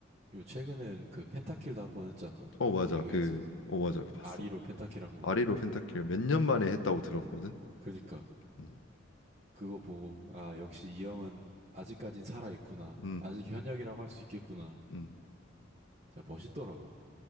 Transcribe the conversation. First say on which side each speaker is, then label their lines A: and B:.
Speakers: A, on the right; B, on the left.
A: 그리고 최근엔 그 펜타킬도 한 번 했잖아,
B: 어 맞아
A: 리그에서.
B: 그 어 맞아 봤어.
A: 아리로 펜타킬 한 거.
B: 아리로 펜타킬 몇 년 만에 했다고 들었거든.
A: 그니까,
B: 음,
A: 그거 보고, 아, 역시 이 형은 아직까진 살아있구나.
B: 음,
A: 아직 현역이라고 할 수 있겠구나.
B: 음
A: 진짜 멋있더라고.